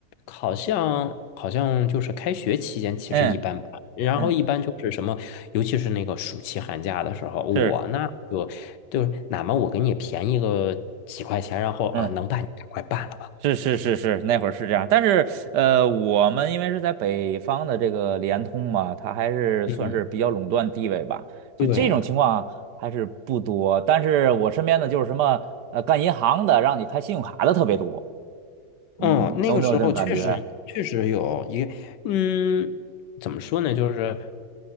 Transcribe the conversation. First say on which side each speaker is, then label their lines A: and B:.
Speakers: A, on the left; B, on the right.
A: 好像好像就是开学期间其实一般般，
B: 嗯
A: 然后一般就是什么，
B: 嗯，
A: 尤其是那个暑期寒假的时候，我那就就哪怕我给你便宜个几块钱，
B: 是
A: 然后啊，
B: 嗯
A: 能办你赶快办了吧，
B: 是是是是，那会儿是这样，但是呃，我们因为是在北方的这个联通嘛，它还是算是比较垄断地位吧，
A: 嗯。
B: 就这种情况还是不多。
A: 对，
B: 但是我身边的就是什么呃干银行的，让你开信用卡的特别多，嗯，
A: 嗯，那个时候确实确实有一个，
B: 有没有这种感觉？
A: 嗯，怎么说呢？就是